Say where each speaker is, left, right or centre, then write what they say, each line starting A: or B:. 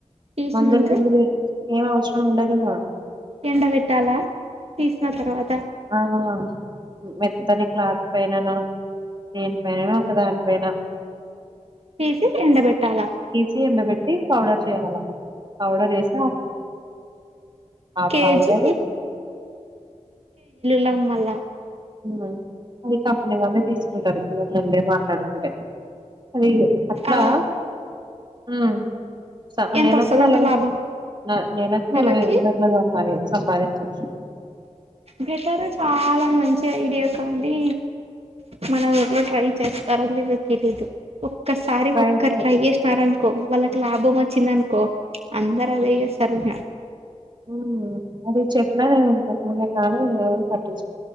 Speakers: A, on the right (about 55°); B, on the right (about 35°).
A: తీసినంక
B: మందులు కింద లే ఏం అవసరం ఉండదిగా
A: ఎండబెట్టాలా తీసిన తర్వాత
B: ఆహా మెత్తని క్లాత్ పైననో, దేని పైననో ఒక దాని పైన
A: తీసి ఎండబెట్టాల.
B: తీ ఎండ పెట్టి పౌడర్ చేయాల, పౌడర్ చేసా ఆ
A: కేజీ
B: పౌడరు
A: లమ్మల
B: ఆ అది కంపెనీ వాళ్ళే తీసుకుంటరు, మన ముందే మాట్లాడుకుంటే. అది అట్లా
A: ఆ
B: ఉమ్ సహ
A: ఎంత
B: నెలకు
A: వస్తదంట
B: నలభై,
A: లాభం
B: నే నెలకు
A: నెలకి
B: నలభై వేలట్ల సంపా సంపాదించవచ్చు.
A: బెటరు చాలా మంచిగ ఐడియా కానీ మన ఊర్లో ట్రై చేస్ తరో లేదో తెలిదు ఒక్క సారి
B: రైట్
A: ఒక్కర్ ట్రై చేసినారంటే కో వాళ్ళకి లాభం వచ్చిందనుకో, అందరు అదే చేస్తారిగా.
B: ఉహు అదే చెప్పిన కద ఇంతకుముందే ఆకానీ ఏ పట్టిచ్చు